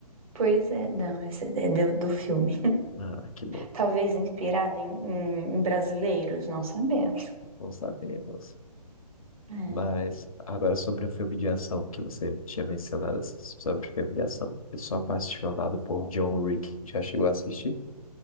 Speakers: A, on the right (about 60°); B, on the left (about 60°).
A: Pois é, não, esse é do, do filme.
B: Ah, que bom.
A: Talvez inspirado em, em- brasileiros, não sabemos.
B: Bom saber, moça.
A: É.
B: Mas agora sobre o filme de ação que você tinha mencionado assim, sobre o filme de ação. Eu sou apaixonado por John Wick. Já chegou a assistir?